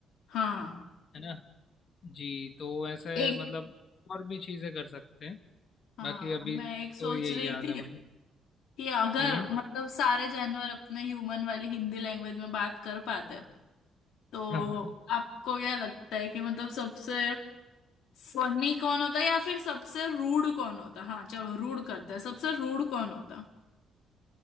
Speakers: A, on the left (about 75°); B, on the left (about 55°).
A: हाँ
B: है ना जी तो ऐसे
A: एक
B: मतलब और भी चीज़ें कर सकते हैं
A: हाँ
B: बाकी अभी
A: मैं एक सोच
B: तो यही
A: रही
B: याद
A: थी
B: है मुझे
A: कि अगर
B: हम्म
A: मतलब सारे जानवर अपने ह्यूमन वाली हिंदी लैंग्वेज में बात कर पाते तो
B: <laughs>
A: आपको क्या लगता है कि मतलब सबसे फनी कौन होता है या फिर सबसे रूड कौन होता हाँ चलो रूड करते हैं सबसे रूड कौन होता